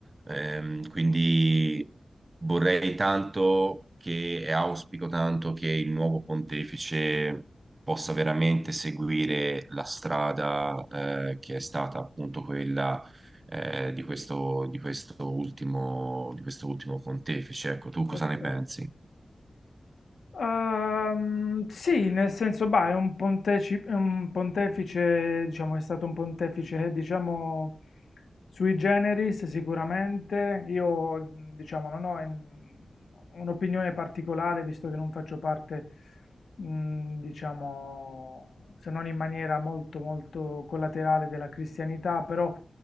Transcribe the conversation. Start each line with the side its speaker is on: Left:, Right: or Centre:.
Right: Ehm, quindi vorrei tanto che, e auspico tanto che il nuovo pontefice possa veramente seguire la strada eh, che è stata appunto quella eh, di questo, di questo ultimo, di questo ultimo pontefice. Ecco, tu cosa
Left: perfetto.
Right: ne pensi?
Left: Ehm, sì, nel senso, bah, è un, ponteci- è un pontefice, diciamo, è stato un pontefice, eh, diciamo, sui generis sicuramente. Io, mh, diciamo, non ho in- un'opinione particolare, visto che non faccio parte, mh, diciamo, se non in maniera molto, molto collaterale della cristianità, però